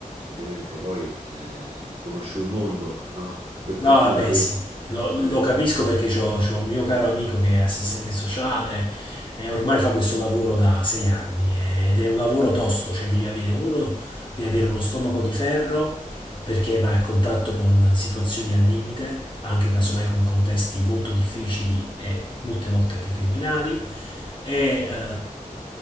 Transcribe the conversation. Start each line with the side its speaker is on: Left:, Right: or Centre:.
Right: ovviamente poi eh, conosci un mondo, no? Per fortuna
Left: No, vabbè,
Right: io.
Left: sì, lo, lo
Right: eh,
Left: capisco perché c'ho, c'ho un mio caro amico che è assistente sociale e ormai fa questo lavoro da sei anni ed è un lavoro tosto, cioè devi avere uno, devi avere uno stomaco di ferro perché vai a contatto con situazioni al limite, anche casomai con contesti molto difficili e molte volte anche criminali e eh,